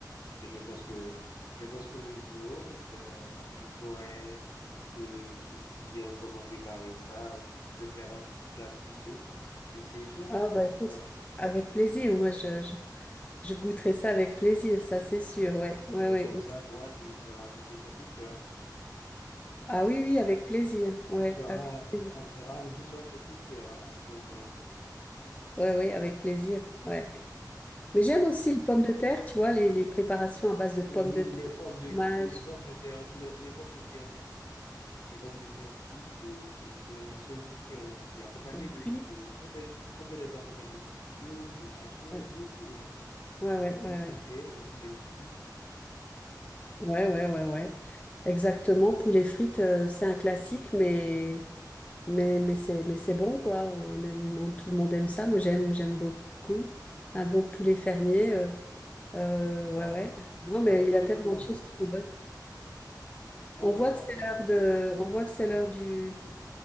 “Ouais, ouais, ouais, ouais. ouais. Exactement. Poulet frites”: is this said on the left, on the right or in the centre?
Left